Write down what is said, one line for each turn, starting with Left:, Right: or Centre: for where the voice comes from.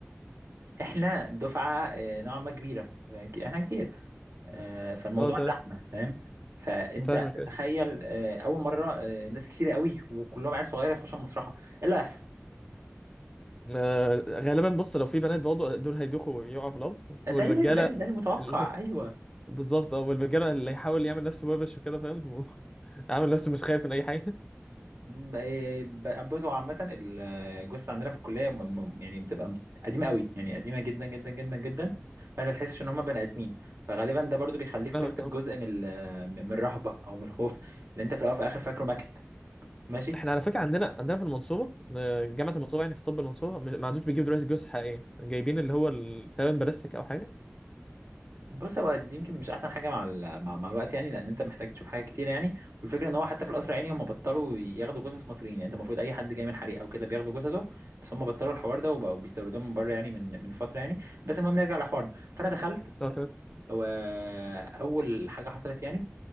Right: احنا دفعه آه، نوعا ما كبيره فاهم؟ ك- احنا كتير آه، فالموضوع
Left: <laughs> اه تمام
Right: زحمه فاهم فانت
Left: فاهمك ايه
Right: تخيل آه، اول مره آه، ناس كتير قوي وكلهم عيال صغيره يخشوا المسرحه ايه اللي هيحصل
Left: آه، غالبا بص لو في بنات برضه دول هيدوخوا ويقعوا في الارض
Right: ده
Left: والرجاله
Right: ده اللي- ده ده المتوقع
Left: <laughs>
Right: ايوه
Left: بالظبط اه والرجاله اللي هيحاول يعمل نفسه وبش وكده فاهم و- <laughs> عامل نفسه مش خايف من اي حاجه
Right: م- إيه، ب- بص هو عامة الجثة عندنا في الكلية م- م- يعني بتبقى قديمة قوي يعني قديمة جدا جدا جدا جدا فانت بتحسش ان هما بني ادمين فغالبا ده برضو بيخليك
Left: <laughs> فاهمك
Right: تفقد
Left: أه.
Right: جزء من ال- من الرهبة او من الخوف اللي انت في الاول وفي الاخر فاكره ماكت ماشي
Left: احنا على فكره عندنا عندنا في المنصوبه آه، جامعه المنصوبه يعني في طب المنصوبه م- ما عندوش بيجيبوا دلوقتي جثث حقيقيه جايبين اللي هو ال- تقريبا بلاستيك او حاجه
Right: بص هو دي يمكن مش احسن حاجه مع ال- مع, مع الوقت يعني لان انت محتاج تشوف حاجات كتير يعني والفكره ان هو حتى في القصر العيني هم بطلوا ياخدوا جثث مصريين يعني انت المفروض اي حد جاي من حريق او كده بياخدوا جثثه بس هم بطلوا الحوار ده وبقوا بيستوردوها من بره يعني من من فتره يعني بس المهم نرجع لحوارنا فانا دخلت
Left: اه تمام
Right: واول حاجه حصلت يعني